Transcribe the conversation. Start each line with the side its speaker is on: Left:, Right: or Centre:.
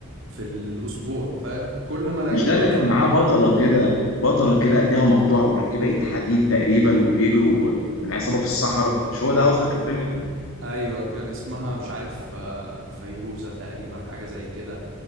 Right: في الاسبوع فاهم كل ما الاقيه
Left: مش ده
Right: بتفرج
Left: اللي كان معاه
Right: عليه
Left: بطلة كده بطلة كده ايديها مقطوعة ومركبة ايد حديد تقريبا وبيجروا من عصابة في الصحراء مش هو
Right: آه،
Left: ده قصدك الفيلم ده
Right: ايوه كان اسمها مش عارف آه، فيروزه تقريبا حاجه زي كده